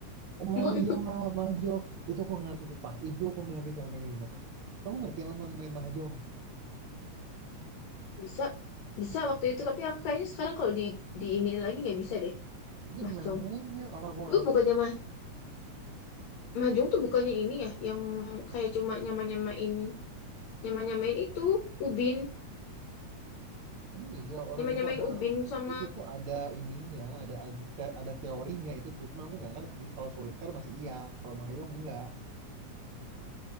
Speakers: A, on the right; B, on the left.
A: Oh
B: <laughs> mahjong
A: iya, mahjong. Itu aku ngerti sumpah, itu aku ngerti cara mainnya gimana. Kamu ngerti emang main, main mahjong?
B: bisa bisa waktu itu tapi aku kayaknya sekarang kalau di di ini lagi nggak bisa deh
A: Itu
B: mahjong
A: gimana mainnya? Orang aku nggak
B: gue
A: ngerti,
B: bukannya mah mahjong tuh bukannya ini ya yang kayak cuma nyama nyamain nyama nyamain itu ubin
A: Emang iya orang
B: nyama nyamain
A: itu ada
B: ubin sama
A: itu tuh ada ininya, ada ada, te- ada teorinya itu tuh. Cuma aku nggak ngerti. Kalau soliter masih iya, kalau Mahjong enggak.